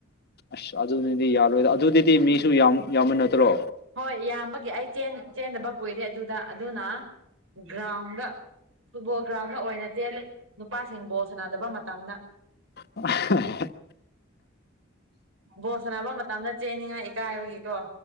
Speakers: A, on the left; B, on the right.
A: ꯑꯁ ꯑꯗꯨꯅꯤꯗꯤ ꯌꯥꯔꯣꯏꯗ ꯑꯗꯨꯗꯤꯗꯤ ꯃꯤꯁꯨ ꯌꯥꯝ ꯌꯥꯝꯃ ꯅꯠꯇ꯭ꯔꯣ
B: ꯍꯣꯏ ꯏꯕꯒꯤ ꯑꯩ ꯆꯦꯟꯗꯕ ꯀꯨꯏꯔꯦ ꯑꯗꯨꯗ ꯑꯗꯨꯅ ꯒ꯭ꯔꯥꯎꯟꯗ ꯐꯨꯠꯕꯣꯜ ꯒ꯭ꯔꯥꯎꯟꯗ ꯑꯣꯏꯅ ꯆꯦꯜꯂꯤ ꯅꯨꯄꯥꯁꯤꯡ ꯕꯣꯜ ꯁꯥꯟꯅꯗꯕ ꯃꯇꯝꯗ
A: <inaudible>
B: ꯕꯣꯁꯅꯕ ꯃꯇꯝꯗ ꯆꯦꯅꯤꯡꯉꯥꯏ ꯏꯀꯥꯏꯕꯒꯤꯀꯣ